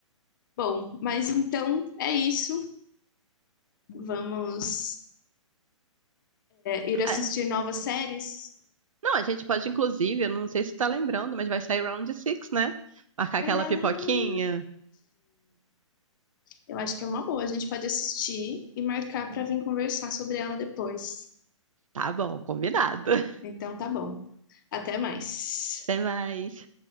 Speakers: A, on the left; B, on the right.
A: Bom, mas então é isso. Vamos. ir assistir
B: Ah,
A: novas séries.
B: Não, a gente pode, inclusive, eu não sei se tá lembrando, mas vai sair Round six né? Marcar aquela
A: Verdade.
B: pipoquinha.
A: Eu acho que é uma boa. A gente pode assistir e marcar para vir conversar sobre ela depois.
B: Tá bom, combinado. <laughs>
A: Então tá bom. Até mais.
B: Até mais.